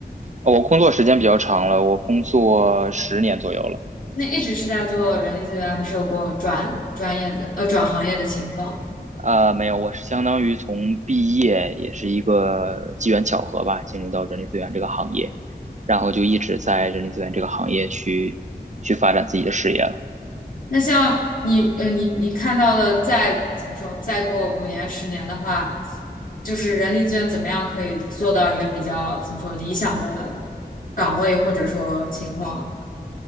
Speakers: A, on the right; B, on the left.
A: 哦我工作时间比较长了，我工作十年左右了。
B: 那一直是在做人力资源，还是有过转专业的呃转行业的情况？
A: 呃，没有，我是相当于从毕业也是一个机缘巧合吧，进入到人力资源这个行业，然后就一直在人力资源这个行业去去发展自己的事业了。
B: 那像你呃你你看到的再怎么说，再过五年十年的话，就是人力资源怎么样可以做到一个比较怎么说理想的岗位或者说情况？